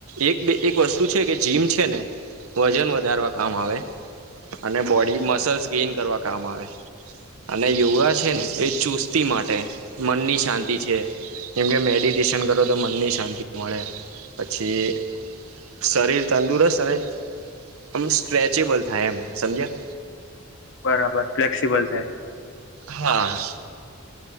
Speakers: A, on the right; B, on the left.
A: એક બે એક વસ્તુ છે કે જીમ છે ને વજન વધારવા કામ આવે અને બોડી મસલ્સ ગેઈન કરવા કામ આવે અને યોગા છે ને એ ચુસ્તી માટે મનની શાંતિ છે કેમ કે મેડિટેશન કરો તો મનની શાંતિ મળે પછી શરીર તંદુરસ્ત અને આમ સ્ટ્રેચેબલ થાય એમ સમજ્યા
B: બરાબર ફ્લેક્સિબલ થાય
A: હા